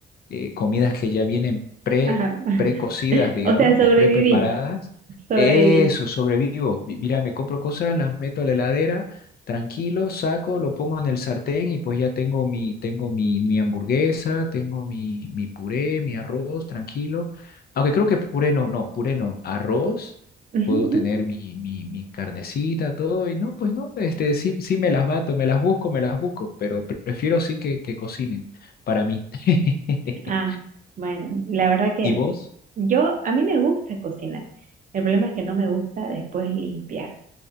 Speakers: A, on the left; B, on the right.
A: eh, comidas que ya vienen pre,
B: ajá. <laughs>
A: precocidas, digamos,
B: O sea, sobreviví,
A: o pre-preparadas.
B: sobreviví.
A: Eso, sobrevivo. Mi- Mira, me compro cosas, las meto a la heladera Tranquilo, saco, lo pongo en el sartén y pues ya tengo mi, tengo mi, mi hamburguesa, tengo mi, mi puré, mi arroz, tranquilo. Aunque creo que puré no, no, puré no, arroz,
B: <laughs>
A: puedo tener mi, mi, mi carnecita, todo, y no, pues no, este, sí, sí me las bato, me las busco, me las busco, pero prefiero sí que, que cocinen para mí. <laughs>
B: Ah, bueno, la verdad que
A: ¿Y vos?
B: yo, a mí me gusta cocinar. El problema es que no me gusta después limpiar.